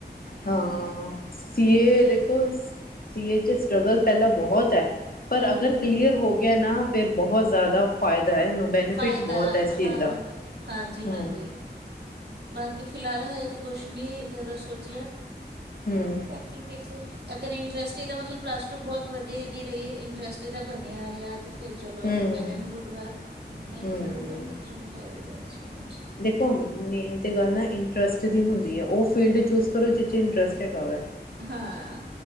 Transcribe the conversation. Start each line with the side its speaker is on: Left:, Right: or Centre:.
Left: ਹਾਂ ਸੀਏ
Right: ਤਾਂ
Left: ਦੇਖੋ ਸੀ ਏ ਚ ਸਟਰਗਲ ਪੈਲਾਂ ਬੋਹਤ ਹੈ ਪਰ
Right: ਹੂੰ
Left: ਅਗਰ
Right: ਹੂੰ ਹੂੰ
Left: ਕਲੀਅਰ ਹੋ ਗਯਾ ਨਾ ਫਿਰ ਬੋਹਤ ਜ਼ਿਆਦਾ ਫਾਇਦਾ ਐ ਇਹਨੂੰ ਬੈਨੀਫਿਟ
Right: ਫਾਇਦਾ
Left: ਬੋਹਤ ਹੈ ਇਸ ਚੀਜ਼
Right: ਹਾਂ
Left: ਦਾ
Right: ਹਾਂਜੀ
Left: ਹੂੰ
Right: ਹਾਂਜੀ ਬਾਕੀ ਫਿਲਹਾਲ ਹਜੇ ਤਾਂ ਕੁਛ ਨੀ ਇੱਦਾਂ ਦਾ ਸੋਚਿਆ
Left: ਹੂੰ,
Right: ਬਾਕੀ ਵੇਖੋ ਅਗਰ ਇੰਟਰਸਟ ਇਹਦਾ ਮਤਲਬ ਪਲੱਸ ਟੂ ਬੋਹਤ ਵਧੀਆ ਦੀ ਰਹੀ ਇੰਟਰਸਟ ਇਦਾ ਬਣਯਾ ਰੇਆ। ਤੇ ਫਿਰ ਚਲੋ
Left: ਹੂੰ,
Right: ਵੈਲ ਐਂਡ ਗੁੱਡ ਵਾ ਨਈ ਤਾਂ
Left: ਹੂੰ।
Right: ਫਿਰ ਬਾਕੀ ਤਾਂ ਚਲੋ ਹੈ ਹੀ ਐ ਸਕੂਲ ਚ
Left: ਦੇਖੋ ਮੇਨ ਤੇ ਗੱਲ ਨਾ ਇੰਟਰਸਟ ਦੀ ਹੁੰਦੀ ਐ ਓ ਫੀਲਡ ਚੂਜ ਕਰੋ ਜਿਰੇ ਚ ਇੰਟਰਸਟ ਹੈਗਾ ਵੈ।
Right: ਹਾਂ।